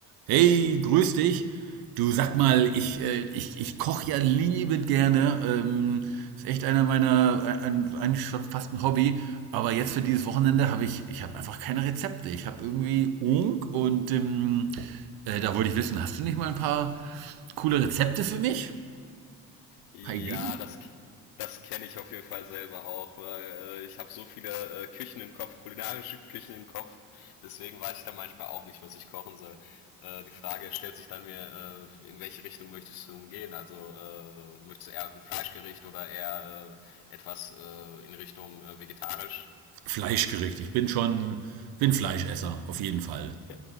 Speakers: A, on the right; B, on the left.
A: Hey, grüß dich. Du sag mal, ich, äh, ich, ich koche ja liebend gerne. Ähm, ist echt einer meiner, ein, ein- eigentlich schon fast ein Hobby. Aber jetzt für dieses Wochenende habe ich, ich habe einfach keine Rezepte. Ich habe irgendwie Unk und ähm, äh, da wollte ich wissen, hast du nicht mal ein paar coole Rezepte für mich?
B: Ja,
A: Ein paar Ideen?
B: das, das kenne ich auf jeden Fall selber auch, weil äh, ich habe so viele äh, Küchen im Kopf, kulinarische Küchen im Kopf, deswegen weiß ich da manchmal auch nicht, was ich kochen soll. Äh, die Frage stellt sich dann mir, äh, in welche Richtung möchtest du denn gehen? Also äh, möchtest du eher ein Fleischgericht oder eher äh, etwas äh, in Richtung äh, vegetarisch?
A: Fleischgericht. Ich bin schon, ich bin Fleischesser, auf jeden Fall.
B: Ja,